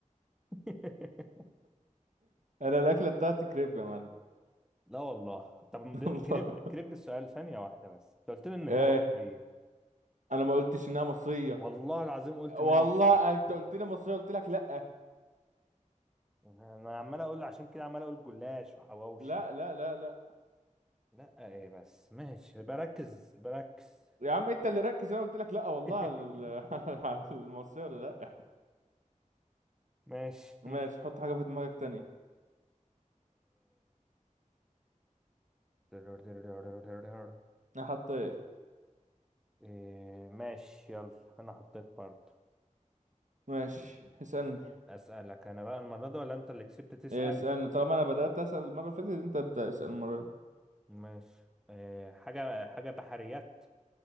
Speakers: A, in the centre; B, on the right (about 70°).
A: <laughs>
B: انا الاكله بتاعتي كريب يا معلم
A: لا والله طب ده-
B: والله
A: كريب كريب السؤال ثانيه واحده بس انت قلت لي ان
B: ايه
A: هي مصريه
B: انا ما قلتش انها مصريه
A: والله العظيم قلت
B: والله
A: ان هي مصريه
B: انت قلت لي مصريه قلت لك لا
A: انا عمال اقول عشان كده عمال اقول جلاش وحواوشي
B: لا لا لا لا
A: لا ايه بس ماشي بركز بركز
B: يا عم انت اللي ركز انا قلت لك لا والله
A: <laughs>
B: على ال- <laughs> على المصريه ولا لا
A: ماشي
B: ماشي
A: <laughs>
B: حط حاجه في دماغك تانية
A: إيه.
B: انا حطيت
A: إيه ماشي يلا انا حطيت برضه
B: ماشي اسالني
A: اسالك انا بقى المره دي ولا انت اللي كسبت تسال
B: إيه، اسألني طالما انا بدأت اسأل المرة اللي فاتت انت ابدأ اسأل المرة دي.
A: ماشي إيه حاجه حاجه بحريات